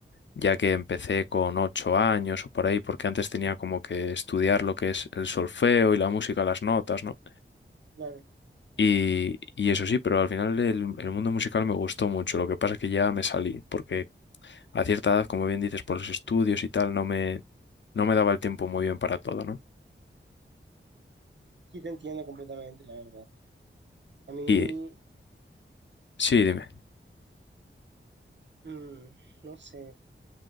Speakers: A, on the left; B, on the right.
A: ya que empecé con ocho años o por ahí, porque antes tenía como que estudiar lo que es el solfeo y la música, las notas, ¿no?
B: claro.
A: Y, y eso sí, pero al final el, el mundo musical me gustó mucho. Lo que pasa es que ya me salí, porque a cierta edad, como bien dices, por los estudios y tal, no me, no me daba el tiempo muy bien para todo, ¿no?
B: Sí, te entiendo completamente, la verdad. A mí,
A: Y sí, dime.
B: mm, no sé,